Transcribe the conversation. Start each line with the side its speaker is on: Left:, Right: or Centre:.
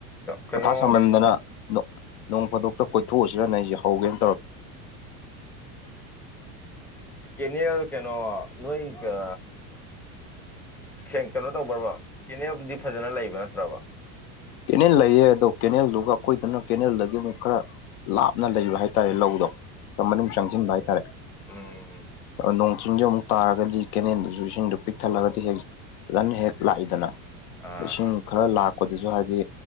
Centre: ꯀꯩꯅꯣ
Left: ꯃꯊꯥ ꯁꯥꯃꯟꯗꯅ ꯑꯗꯣ ꯅꯣꯡꯐꯥꯗꯣꯛꯇ ꯀꯣꯏꯊꯣꯛꯎꯁꯤꯔꯥꯅ ꯑꯩꯖꯦ ꯍꯧꯗꯝ
Centre: ꯀꯦꯅꯦꯜ ꯀꯩꯅꯣ ꯅꯣꯏꯒ ꯁꯦꯡ ꯀꯩꯅꯣ ꯇꯧꯕ꯭ꯔꯕ ꯀꯦꯅꯦꯜꯕꯨꯗꯤ ꯐꯖꯅ ꯂꯩꯕ ꯅꯠꯇ꯭ꯔꯥꯕ
Left: ꯀꯦꯅꯦꯜ ꯂꯩꯌꯦ ꯑꯗꯣ ꯀꯦꯅꯦꯜꯗꯨꯒ ꯑꯈꯣꯏꯗꯅ ꯀꯦꯅꯦꯜꯗꯒꯤ ꯑꯃꯨꯛ ꯈꯔ ꯂꯥꯞꯅ ꯂꯩꯕ ꯍꯥꯏꯇꯥꯔꯦ ꯂꯧꯗꯣ ꯈꯔ ꯃꯅꯨꯡ ꯆꯪꯖꯤꯟꯕ ꯍꯥꯏꯇꯥꯔꯦ
Centre: ꯎꯝ
Left: ꯅꯣꯡ ꯆꯤꯡꯖꯦ ꯑꯃꯨꯛ ꯇꯥꯔꯒꯗꯤ ꯀꯦꯅꯦꯜꯗꯨꯖꯨ ꯏꯁꯤꯡꯗꯣ ꯄꯤꯛ ꯊꯜꯂꯒꯗꯤ ꯍꯦꯛ ꯐꯖꯅ ꯍꯦꯛ ꯂꯥꯛꯏꯗꯅ
Centre: ꯑꯥ
Left: ꯢꯁꯤꯡ ꯈꯔ ꯂꯥꯛꯄꯗꯖꯨ ꯍꯥꯏ ꯗꯤ